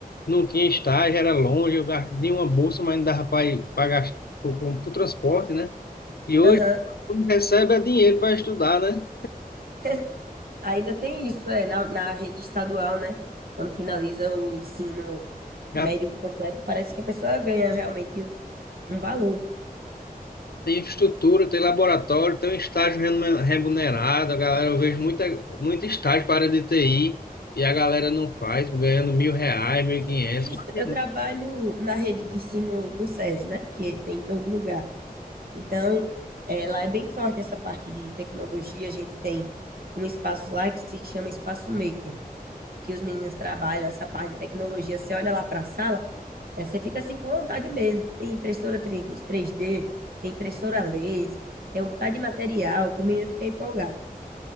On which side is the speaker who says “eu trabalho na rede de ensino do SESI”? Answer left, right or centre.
Right